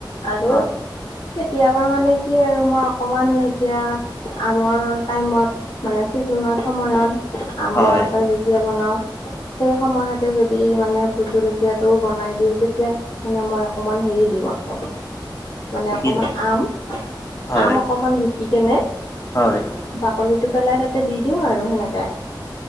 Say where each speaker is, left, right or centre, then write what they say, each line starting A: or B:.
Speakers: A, on the left; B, on the left.
A: আৰু
B: হয়,
A: কেতিয়াবা মানে কি আৰু মই অকমান এতিয়া আমৰ টাইমত মানে ছিজনত সময়ত আমৰ
B: হয়
A: আচাৰ যেতিয়া বনাও সেই সময়তে যদি মানে ভোট জলকীয়াটো বনাই দিওতে এতিয়া মানে মই অকমান হেৰি দিও আকৌ মানে অকমান
B: কি
A: আম
B: হয়
A: আম অকমান ৰুকি কেনে
B: হয়
A: বাকলিটো পেলাই তাতে দি দিও আৰু সেনেকে